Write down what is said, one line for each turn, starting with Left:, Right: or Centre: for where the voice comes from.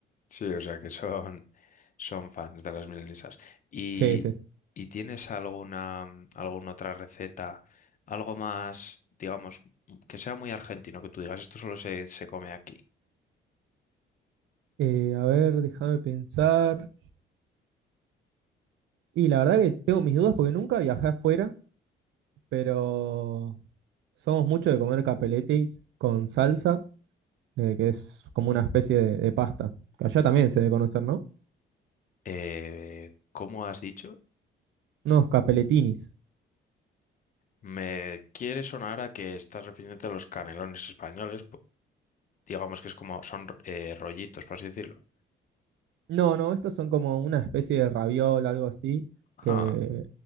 Left: Sí, o sea que son. son fans de las milanesas. ¿Y,
Right: Sí, sí.
Left: y tienes alguna, alguna otra receta, algo más, digamos, que sea muy argentino, que tú digas, esto solo se, se come aquí?
Right: Eh, a ver, déjame pensar. Y la verdad que tengo mis dudas porque nunca viajé afuera, pero somos mucho de comer capeletis con salsa, eh, que es como una especie de, de pasta. Que allá también se debe conocer, ¿no?
Left: Eh, ¿cómo has dicho?
Right: Unos capeletinis.
Left: Me quiere sonar a que estás refiriéndote a los canelones españoles, pu- digamos que es como, son eh, rollitos, por así decirlo.
Right: No, no, estos son como una especie de raviol, algo así,
Left: Ah,
Right: que